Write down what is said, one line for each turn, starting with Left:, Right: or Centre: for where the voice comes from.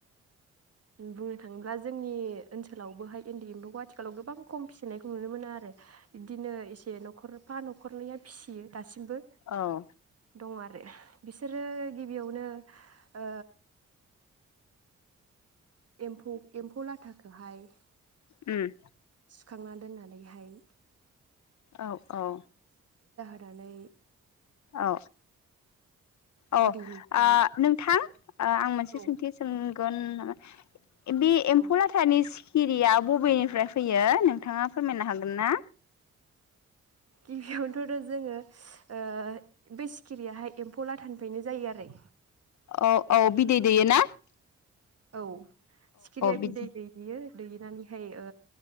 Right: बुंनो थाङोब्ला जोंनि ओनसोलावबोहाय इन्दि एम्फौखौ आथिखालाव गोबां खम फिसिनायखौ नुनो मोनो आरो बिदिनो एसे न'खरफा न'खरनैया फिसियो दासिम मबो
Left: औ
Right: दङ आरो बिसोरो गिबियावनो ओ एम्फौ एम्फौ लाथाखौहाय
Left: ओम
Right: खांना दोननानैहाय
Left: औ औ
Right: नानै
Left: औ औ ओ
Right: बिदैनिफ्राय
Left: नोंथां ओ आं मोनसे
Right: औ
Left: सोंथि सों गोन मा बे एम्फौ
Right: औ
Left: लाथानि सि किरिया बबेनिफ्राय फैयो नोंथाङा फोरमायनो हागोन ना?
Right: गिबियावनोथ' जोङो ओ बे सिखिरियाहाय एम्फौ लाथानिफ्रायनो जायो आरो।
Left: औ औ बिदै दैयो ना?
Right: औ सिखिरिया
Left: बिदि
Right: बिदै दैयो। दैनानैहाय ओ